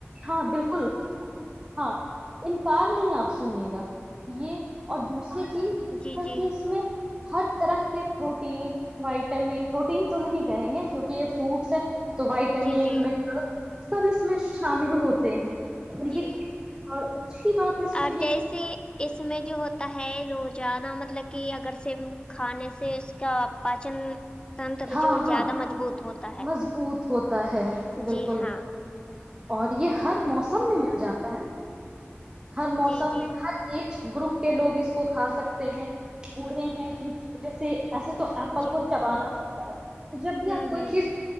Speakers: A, on the right; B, on the left.
A: ہاں بالکل ہاں ان پار نہیں آپ سنیے گا یہ اور دوسریے ج
B: جی جی
A: کہ اس میں ہر طرح کے پروٹین وائٹامن پروٹین تو نہیں کہیں گے کیونکہ یہ فروٹس ہے تو وائٹامن
B: جی جی
A: م سب اس میں شامل ہوتے ہیں اور
B: جی
A: یہ اور اچھی بات اس میں
B: اور
A: یہ
B: جیسے
A: ہے
B: اس میں جو ہوتا ہے روز جدہ مطلب کہ اگر سے کھانے سے اس کا پاچن تنتر تو
A: ہاں
B: جو
A: ہاں
B: زیادہ مضبوط ہوتا ہے
A: مضبوط ہوتا ہے بالکل
B: جی ہاں
A: بالکل اور یہ ہر موسم میں مل جاتا ہے نا ہر موسم
B: جی جی
A: میں ہر ایج گروپ کے لوگ اس اس کو کھا سکتے ہیں بوڑے ہیں جن کی وجہ سے ایسے تو ایپل
B: جی
A: کو چبانا پڑتا ہے تو جب
B: ہوں
A: بھی آپ کوئی
B: ہوں
A: چیز